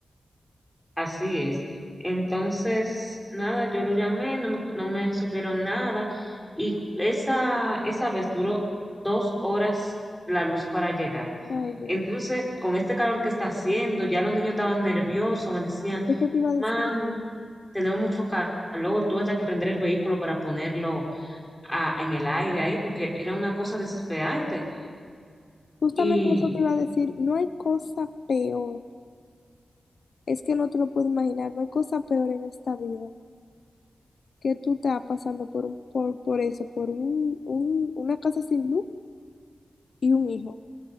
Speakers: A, in the centre; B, on the left.
A: Así es. Entonces, nada, yo lo llamé, no me, no me resolvieron nada y esa, esa vez duró dos horas la luz para llegar.
B: Ay, no.
A: Entonces, con este calor que está haciendo, ya los niños estaban nerviosos, me decían,
B: Eso te iba a decir.
A: mami, tenemos mucho calor, tuve hasta que prender el vehículo para ponerlo a- en el aire ahí, porque era una cosa desesperante.
B: Justamente
A: Y
B: eso te iba a decir. No hay cosa peor. Es que no te lo puedo imaginar. No hay cosa peor en esta vida que tú te vas pasando por, un, por, por eso, por un, un- una casa sin luz y un hijo.